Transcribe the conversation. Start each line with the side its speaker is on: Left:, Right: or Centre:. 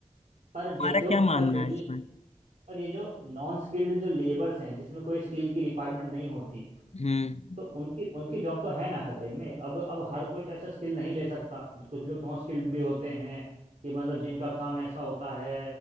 Right: पर
Left: हमारा
Right: ये जो
Left: क्या मानना
Right: पर फिर
Left: है
Right: ये
Left: इसमें
Right: पर ये जो नॉन स्किल्ड जो लेबर्स हैं जिसमें कोई स्किल की रिक्वायरमेंट नहीं होती
Left: हम्म
Right: तो उनकी उनकी जॉब तो है ना खतरे में अब अब हर कोई तो ऐसा स्किल नहीं ले सकता कुछ लोग नॉन स्किल्ड भी होते हैं कि मतलब जिनका काम ऐसा होता है